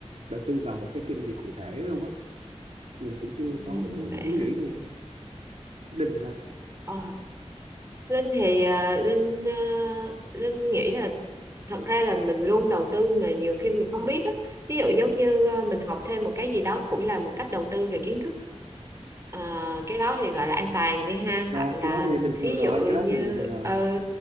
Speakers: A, on the right (about 70°); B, on the right (about 25°).
A: đầu tư vào một cái kênh gì cụ thể đâu á mình cũng chưa
B: ừ,
A: có
B: vậy
A: ý
B: hả
A: nghĩ luôn Linh thì
B: Ờ, Linh thì à, Linh à, Linh nghĩ là thật ra là mình luôn đầu tư mà nhiều khi mình không biết á ví dụ giống như à, mình học thêm một cái gì đó cũng là một cách đầu tư về kiến thức Ờ, cái đó thì gọi là an toàn đi ha
A: Dạ,
B: hoặc là
A: cái đó thì bình thường
B: ví
A: rồi,
B: dụ
A: cái đó
B: như
A: thì bình thường rồi.
B: ờ,